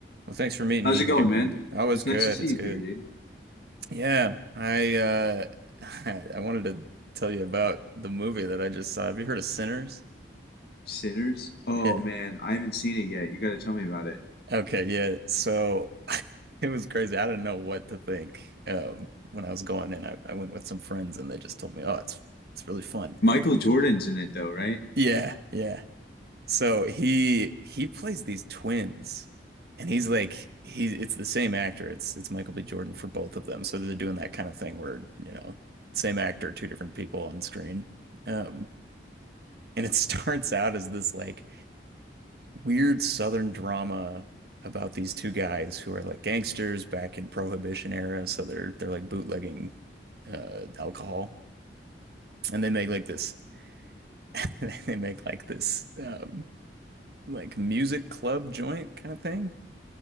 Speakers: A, on the right; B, on the left.
A: Well, thanks for meeting
B: How's
A: here,
B: it going,
A: Gavin.
B: man?
A: Oh, it's
B: It's
A: good.
B: nice to see
A: It's
B: you
A: good.
B: here, dude.
A: Yeah, I uh <laughs> I wanted to tell you about the movie that I just saw. Have you heard of Sinners?
B: Sinners? Oh
A: Yeah.
B: man, I haven't seen it yet. You gotta tell me about it.
A: Okay, yeah. So <laughs> it was crazy. I didn't know what to think. Um, when I was going in, I, I went with some friends and they just told me, "Oh, it's it's really fun."
B: Michael Jordan's in it though, right?
A: Yeah, yeah. So he he plays these twins, and he's like he it's the same actor. It's it's Michael B. Jordan for both of them. So they're doing that kind of thing where, you know, same actor, two different people on screen. Um, and it <laughs> starts out as this like weird Southern drama about these two guys who are like gangsters back in Prohibition era. So they're they're like bootlegging uh alcohol. And they make like this <laughs> they make like this um like music club joint kind of thing